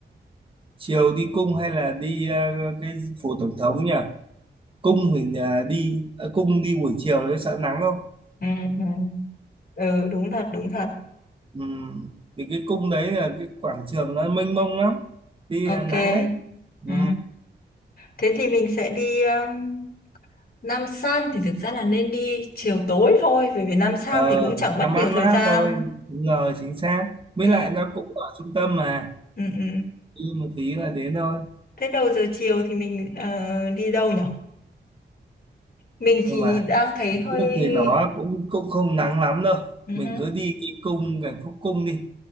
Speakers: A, on the right; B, on the left.
A: chiều đi cung hay là đi ờ, cái phủ tổng thống nhỉ cung mình à, đi ờ, cung đi buổi chiều đấy sợ nắng không
B: ừ, ừ. ừ đúng thật đúng thật
A: ừ. vì cái cung đấy là cái quảng trường nó mênh mông lắm đi là
B: ok
A: nắng đấy
B: ừ.
A: ừ.
B: thế thì mình sẽ đi um, Nam San thì thực ra là nên đi chiều tối thôi bởi vì Nam San
A: ờ
B: thì cũng chẳng mất
A: làm
B: nhiều
A: ăn
B: thời
A: mát
B: gian
A: thôi đúng rồi chính xác với
B: ừ,
A: lại nó cũng ở trung tâm mà
B: ừ, ừ.
A: đi một tí là đến thôi
B: thế đầu giờ chiều thì mình ờ, đi đâu nhở mình
A: nhưng
B: thì
A: mà
B: đang thấy
A: Hàn
B: hơi
A: Quốc thì nó cũng cũng không nắng lắm đâu
B: ừ.
A: mình cứ đi cái cung cảnh Phúc Cung đi